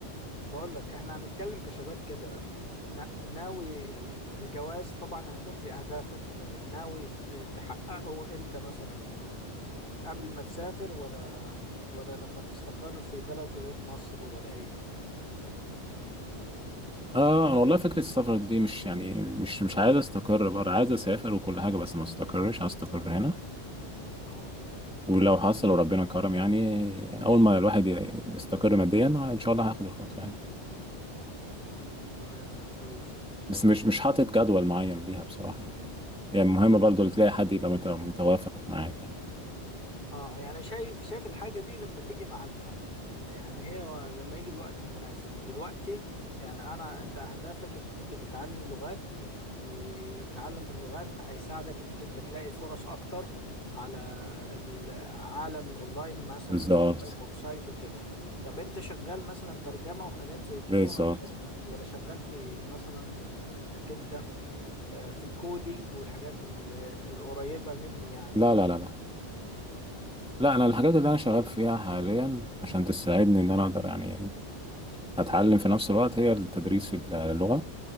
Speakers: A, on the left (about 50°); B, in the centre.
A: بقول لك احنا هنتكلم كشباب كده نا- ناوي ال- الجواز طبعا هيكون في اهدافك آه، ناوي ت- تحققه امتى مثلا آه، قبل ما تسافر ولا ولا لما تستقر في بلد غير مصر ولا ايه
B: اه انا والله فكره السفر دي مش يعني مش مش عايز استقر بره عايز اسافر وكل حاجه بس ما استقرش عايز استقر هنا
A: اه
B: ولو حصل وربنا كرم يعني اول ما الواحد يستقر ماديا آه، ان شاء الله هاخد الخطوه يعني
A: آه، تمام كويس
B: بس مش مش حاطط جدول معين ليها بصراحه يعني يعني مهم برضو اللي تلاقي حد يبقى مت- متوافق معاك يعني
A: اه يعني شايف شايف الحاجة دي لما تيجي ميعادها يعني هي لما يجي الوقت المناسب دلوقتي يعني انا انت اهدافك انك انت تتعلم لغات وتعلم اللغات هيساعدك انك انت تلاقي فرص اكتر على العالم الاونلاين مثلا
B: بالظبط
A: الاونلاين ويب سايت وكده طب انت شغال مثلا ترجمة وحاجات زي كده
B: بالظبط
A: ولا شغال ولا شغال في مثلا آه، انك انت آه، في الكودينج والحاجات ال- القريبة مني يعني
B: لا لا لا لا لا انا الحاجات اللي انا شغال فيها حاليا عشان تساعدني ان انا اقدر يعني اتعلم في نفس الوقت هي التدريس اللغة